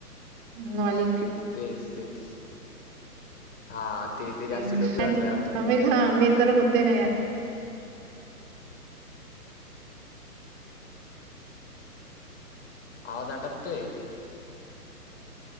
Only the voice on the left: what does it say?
तेच तेच हा ते ते जास्त
डोक्यावरच आहे अजून.
आवाज आटकतोय.